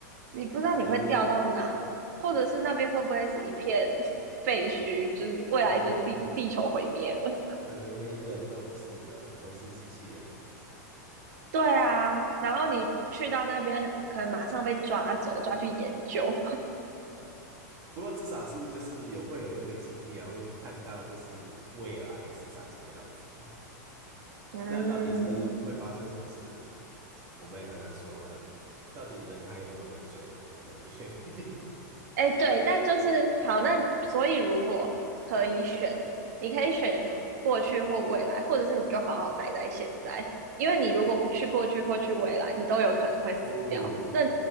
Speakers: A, on the right; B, on the right.
A: 你不知道你会掉到哪，
B: 可能
A: 或者是那边会不会是一片 <laughs> 废墟，就是未来就是地地球毁灭了。
B: 可 <laughs> 可能连人都不是了，都是机器人。
A: 对啊，然后你去到那边，可能马上被抓走，抓去研究。
B: 不过至少是就是有会有那个经历啊，会看到就是未来是长什么样子。
A: 嗯，
B: 那到底是会发生什么事，我们也很难说嘛。到底人还有没有人选，我们也不确定。
A: 哎，对，但就是好，那所以如果可以选，你可以选过去或未来，或者是你就好好待在现在，因为你如果去过去或去未来，你都有可能会死掉。
B: <laughs> 哦，
A: 那